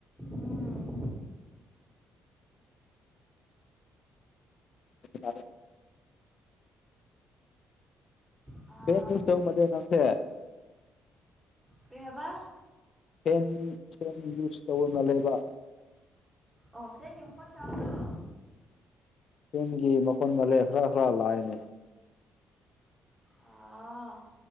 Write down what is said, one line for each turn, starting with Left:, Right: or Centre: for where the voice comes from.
Centre: ꯎꯝ
Left: <unintelligible>
Centre: ꯑꯥ
Left: <unintelligible> ꯅꯪꯁꯦ
Centre: ꯀꯔꯤ ꯍꯥꯏꯕ
Left: ꯐꯦꯟ ꯐꯦꯟ ꯌꯨꯁ ꯇꯧꯕ ꯃꯥꯜꯂꯦꯕ
Centre: ꯑꯣ ꯐꯦꯟꯒꯤ ꯃꯈꯣꯟ ꯇꯥꯕ꯭ꯔꯣ
Left: ꯐꯦꯟꯒꯤ ꯃꯈꯣꯟ ꯃꯂꯦ ꯈꯔ ꯈꯔ ꯂꯥꯛꯑꯦꯅꯦ
Centre: ꯑꯥ